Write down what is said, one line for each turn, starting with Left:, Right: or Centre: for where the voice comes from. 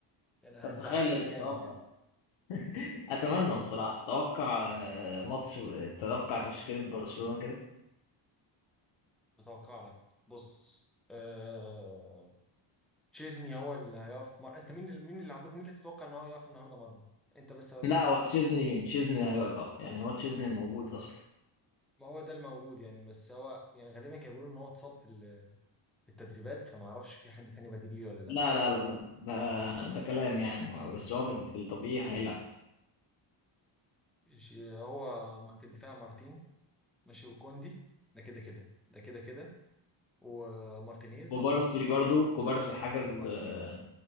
Centre: يعني هتزعلنا
Left: طب تخيل
Centre: جامد
Left: التوقع
Centre: يعني
Left: <laughs> اتمنى بصراحه اتوقع آه، ماتش اتوقع تشكيله برشلونه كده
Centre: اتوقع لك بص آه... تشيزني هو اللي هيقف مر... انت مين اللي... مين اللي عندكم مين اللي تتوقع ان هو يقف النهارده مرمى انت بس اقول
Left: لا
Centre: لك
Left: هو تشيزني تشيزني هيقف يعني هو تشيزني موجود اصلا
Centre: ما هو ده الموجود يعني بس هو يعني غالبا كانوا بيقولوا ان هو اتصاب في ال- في التدريبات فما اعرفش في حد تاني بديل ليه ولا لا
Left: لا لا لا لا ده ده كلام يعني بس هو في في الطبيعي هيلعب
Centre: ماشي هو في الدفاع مارتين ماشي وكوندي ده كده كده ده كده كده ومارتينيز
Left: كوبارسي برضو كوبارسي حجز
Centre: وكوبارسي
Left: آه،